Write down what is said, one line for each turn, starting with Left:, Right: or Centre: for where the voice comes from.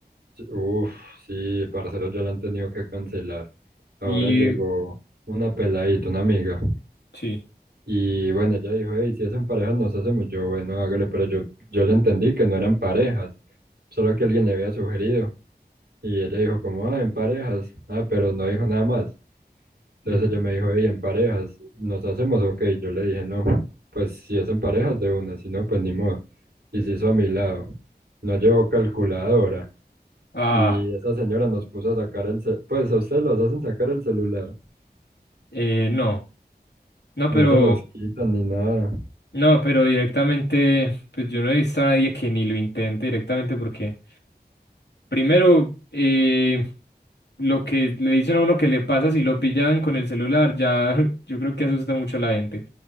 Right: Uf, sí, parceros ya la han tenido que cancelar. Ahora
Left: Y
Right: llegó una peladita, una amiga.
Left: sí.
Right: Y bueno, ella dijo, hey, si es en parejas nos hacemos. Yo, bueno, hágale, pero yo, yo le entendí que no eran parejas, solo que alguien le había sugerido. Y ella dijo, como, ah, en parejas. Ah, pero no dijo nada más. Entonces
Left: ujú.
Right: ella me dijo, hey, en parejas, ¿nos hacemos? Ok, yo le dije, no, pues si es en parejas de una, si no, pues ni modo. Y se hizo a mi lado. No llevó calculadora.
Left: Ah,
Right: Y esa señora nos puso a sacar el ce- pues a ustedes los hacen sacar el celular,
Left: eh, no. No,
Right: no
Left: pero,
Right: se los quitan ni nada.
Left: no, pero directamente, pues yo no he visto a nadie que ni lo intente directamente porque, primero, eh, lo que le dicen a uno que le pasa si lo pillan con el celular, ya <laughs> yo creo que asusta mucho a la gente.